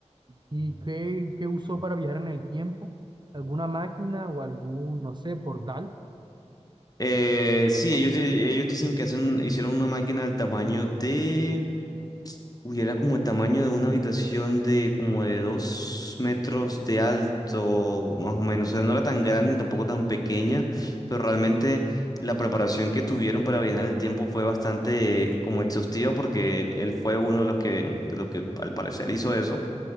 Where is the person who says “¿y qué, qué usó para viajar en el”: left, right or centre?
Right